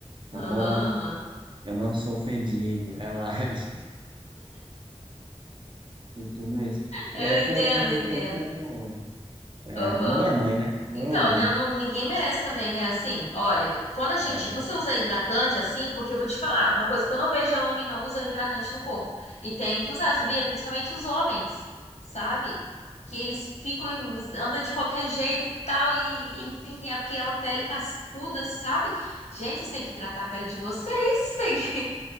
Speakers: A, on the right; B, on the left.
A: Tá
B: Aham,
A: bom?
B: aham.
A: Eu não sou fedido. Relaxe. <laughs> E tudo isso.
B: Eu
A: E aí
B: entendo,
A: foi a partir
B: entendo.
A: daí que eu. É,
B: Aham.
A: mãe é mãe, né? Mãe
B: Então,
A: é mãe.
B: n- não- ninguém merece também, né? Assim, olha, quando a gente.
A: É.
B: Você usa hidratante assim, porque eu vou te falar, uma coisa que eu não vejo é homem não usando hidratante no corpo. E tem que usar, sabia? Principalmente os homens, sabe? Que eles ficam, e andam de qualquer jeito e tal, e enfim, tem aquela pele cascuda, sabe? Gente, vocês têm que hidratar a pele de vocês, tem que...